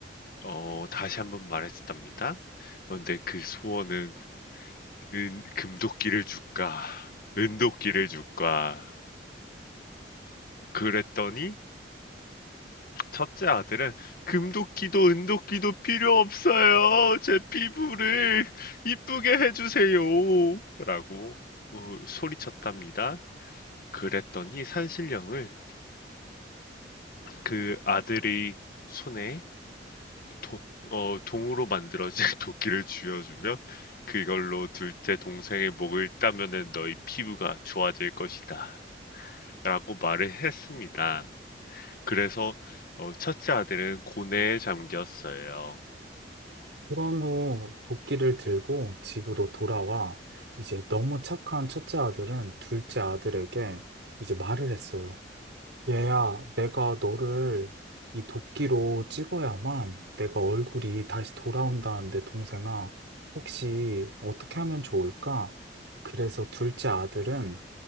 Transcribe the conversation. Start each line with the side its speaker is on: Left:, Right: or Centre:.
Left: 어, 다시 한번 말했답니다. 그런데 그 소원은 은, 금도끼를 줄까? 은도끼를 줄까? 그랬더니 첫째 아들은 금도끼도 은도끼도 필요 없어요. 제 피부를 이쁘게 해주세요. 라고 뭐 소리쳤답니다. 그랬더니 산신령을 그 아들의 손에 도, 어, 동으로 만들어진 <laughs> 도끼를 쥐어주며 그걸로 둘째 동생의 목을 따면은 너희 피부가 좋아질 것이다. 라고 말을 했습니다. 그래서 어, 첫째 아들은 고뇌에 잠겼어요.
Right: 그런 후 도끼를 들고 집으로 돌아와 이제 너무 착한 첫째 아들은 둘째 아들에게 이제 말을 했어요. 얘야, 내가 너를 이 도끼로 찍어야만 내가 얼굴이 다시 돌아온다는데 동생아, 혹시 어떻게 하면 좋을까? 그래서 둘째 아들은